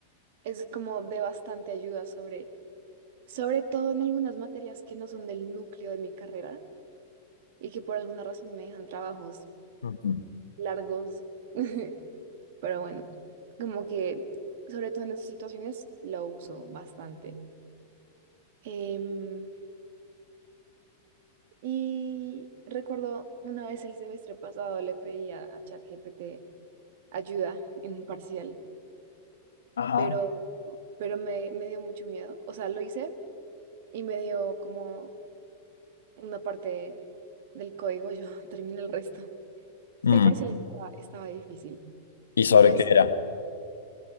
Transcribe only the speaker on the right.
es como de bastante ayuda sobre, sobre todo en algunas materias que no son del núcleo de mi carrera y que por alguna razón me dejan trabajos
largos, <laughs> pero bueno, como que sobre todo en esas situaciones lo uso bastante. Em, Y recuerdo una vez el semestre pasado le pedí a, a ChatGPT ayuda en un parcial,
pero, pero me, me dio mucho miedo. O sea, lo hice y me dio como una parte del código, yo <laughs> terminé el resto. Es
que el parcial estaba, estaba difícil.
Y pues